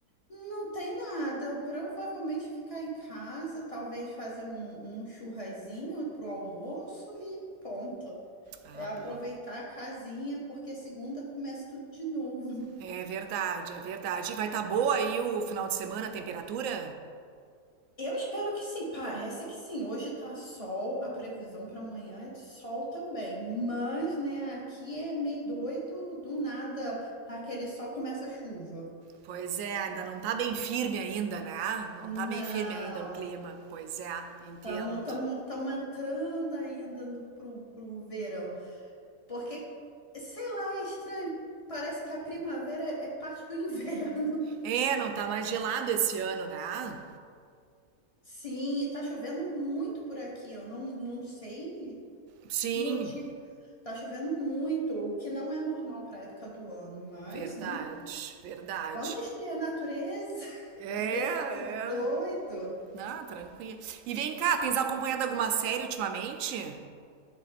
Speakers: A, on the left (about 25°); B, on the right (about 65°).
A: Não tem nada. Provavelmente ficar em casa, talvez fazer um, um churrasinho pro almoço e ponto.
B: Ah,
A: É aproveitar
B: boa.
A: a casinha, porque segunda começa tudo de novo.
B: É verdade, é verdade. E vai estar boa aí o final de semana, a temperatura?
A: Eu espero que sim, parece que sim. Hoje tá sol, a previsão para amanhã é de sol também. Mas, né, aqui é meio doido, do nada, tá aquele sol começa a chuva.
B: Pois é, ainda não tá bem firme ainda, né? Não
A: Não,
B: tá bem firme ainda o clima. Pois é, entendo.
A: estamos entrando ainda no, pro, pro verão. Porque, sei lá, é estranho. Parece que a primavera é parte do inverno.
B: É, não tá mais gelado esse ano, né?
A: <laughs> Sim, e tá chovendo muito por aqui. Eu não, não sei
B: Sim,
A: o motivo. Tá chovendo muito, o que não é normal para época do ano, mas,
B: verdade,
A: né?
B: verdade.
A: Vamos destruir a natureza, <laughs>
B: É,
A: deixar
B: é.
A: tudo doido.
B: Não, tranquilo. E vem cá, tens acompanhado alguma série ultimamente?